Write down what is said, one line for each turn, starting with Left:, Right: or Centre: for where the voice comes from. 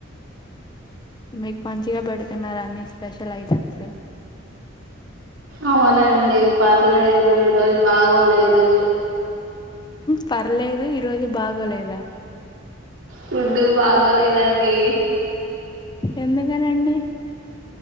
Left: మీకు మంచిగా పెడుతున్నార అన్ని స్పెషల్ ఐటమ్స్
Right: అవునండి పర్లేదు ఈ రోజు బాగోలేదు
Left: పర్లేదు ఈ రోజు బాగోలేదా
Right: ఫుడు బాగోలేదండి
Left: ఎందుకనండి